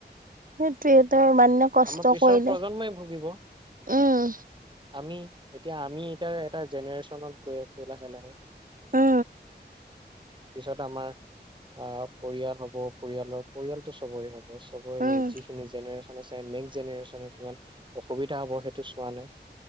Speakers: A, on the right; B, on the right.
A: সেইটোৱে তেওঁ ইমান দিনে কষ্ট
B: আমাৰ পিছৰ
A: কৰিলে
B: প্ৰজন্মই ভুগিব।
A: উম
B: আমি এতিয়া আমি এতিয়া এটা জেনেৰেশ্যনত গৈ আছো লাহে লাহে।
A: অ।
B: পিছত আমাৰ আহ পৰিয়াল হব পৰিয়ালৰ পৰিয়ালটো চবৰে হব। চবৰে
A: উম
B: এই যিখিনি জেনেৰেশ্যন নেক্ জেনেৰেশ্যনৰ কিমান অসুবিধা হ'ব সেইটো চোৱা নাই।